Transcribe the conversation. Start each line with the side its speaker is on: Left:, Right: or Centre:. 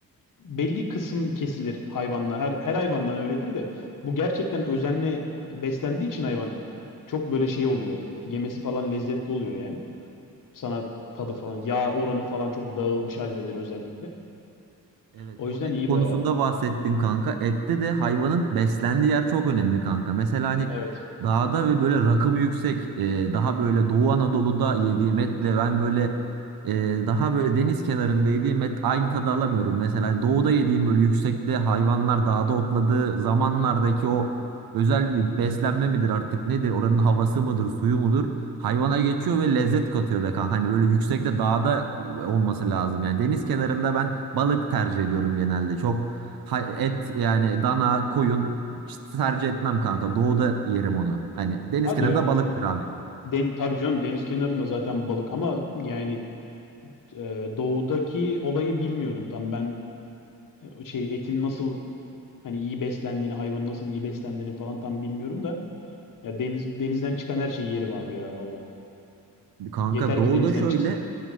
Left: belli kısım kesilir hayvanla her, her hayvandan öyledir de bu gerçekten özenle beslendiği için hayvan çok böyle şey oluyor yemesi falan lezzetli oluyor yani sana tadı
Right: Kanka,
Left: falan yağ
Right: bu
Left: oranı falan çok dağılmış haldedir özellikle
Right: Evet
Left: o
Right: bu
Left: yüzden
Right: et
Left: iyi
Right: konusunda
Left: baya
Right: bahsettin kanka. Ette de hayvanın beslendiği yer çok önemli kanka. Mesela hani
Left: evet
Right: dağda ve böyle rakımı yüksek e, daha böyle Doğu Anadolu'da yediğim etle ben böyle e, daha böyle deniz kenarında yediğim et aynı tadı alamıyorum. Mesela hani doğuda yediğim böyle yüksekte hayvanlar dağda otladığı zamanlardaki o özel bir beslenme midir artık nedir? Oranın havası mıdır, suyu mudur? Hayvana geçiyor ve lezzet katıyor be kanka. Hani böyle yüksekte dağda olması lazım. Yani deniz kenarında ben balık tercih ediyorum genelde. Çok ha- et yani dana, koyun işte tercih etmem kanka. Doğuda yerim onu. Hani deniz
Left: hadi
Right: kenarında
Left: ya
Right: balıktır abi.
Left: Den tabii canım deniz kenarında zaten balık ama yani e, doğudaki olayı bilmiyordum tam ben e, şey etin nasıl hani iyi beslendiğini hayvanın nasıl iyi beslendiğini falan tam bilmiyorum da ya deniz denizden çıkan her şeyi yerim abi ya valla.
Right: Kanka
Left: Yeter
Right: doğuda
Left: ki denizden
Right: şöyle
Left: çıksın.